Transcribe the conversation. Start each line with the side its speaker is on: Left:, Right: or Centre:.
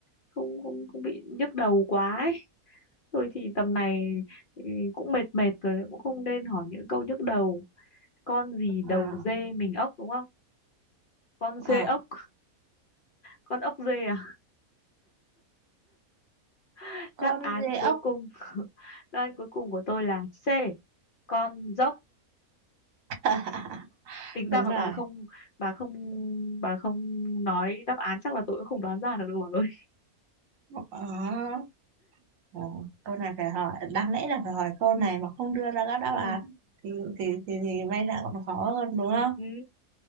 Left: không không không bị nhức đầu quá ấy. Thôi thì tầm này ừ, cũng mệt mệt rồi cũng không nên hỏi những câu nhức đầu. Con gì đầu
Right: à
Left: dê mình ốc đúng không? Con
Right: à
Left: dê ốc, con ốc dê à? <laughs> Đáp
Right: con
Left: án
Right: dê
Left: cuối
Right: ốc
Left: cùng,
Right: <laughs>
Left: <laughs> đáp án cuối cùng của tôi là C, con dốc.
Right: À,
Left: tính
Right: đúng
Left: ra mà
Right: rồi
Left: bà không bà không bà không nói đáp án chắc là tôi cũng không đoán ra được đâu bà ơi
Right: ờ ờ, câu này phải hỏi đáng lẽ là phải hỏi câu này mà không đưa ra các đáp
Left: ừ,
Right: án thì thì thì, thì may ra còn khó hơn đúng
Left: ừ,
Right: không
Left: ừ.